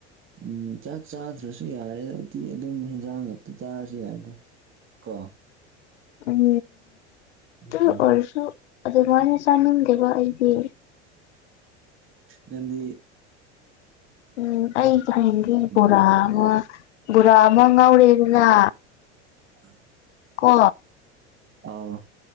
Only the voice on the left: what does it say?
ꯎꯝ
ꯑꯣꯔꯁꯨ ꯑꯗꯨ ꯃꯥꯥꯏꯅ ꯆꯥꯅꯤꯡꯗꯦꯕ ꯑꯩꯗꯤ
ꯎꯝ ꯑꯩꯁ ꯍꯅꯤꯡꯒꯦ ꯕꯣꯔꯥ
ꯑꯃ ꯕꯣꯔꯥ ꯑꯃ ꯉꯥꯎꯔꯦ ꯑ
ꯀ